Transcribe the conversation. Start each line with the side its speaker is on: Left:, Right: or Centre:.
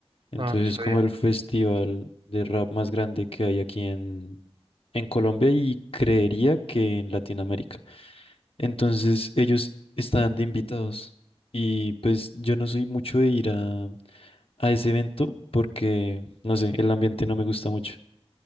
Left: Entonces
Right: Ah, no sabía.
Left: es como el festival de rap más grande que hay aquí en, en Colombia y creería que en Latinoamérica. Entonces ellos estaban de invitados y pues yo no soy mucho de ir a, a ese evento porque, no sé, el ambiente no me gusta mucho.